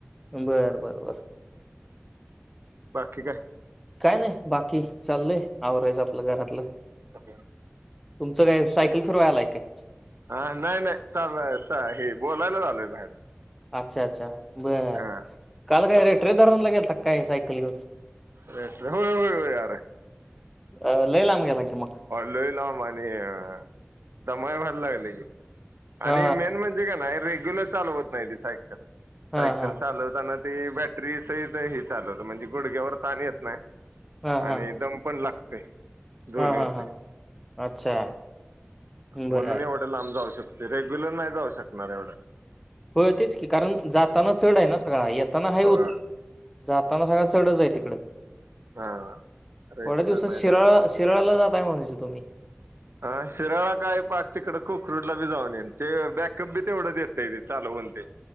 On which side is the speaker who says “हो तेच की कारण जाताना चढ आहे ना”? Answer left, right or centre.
Centre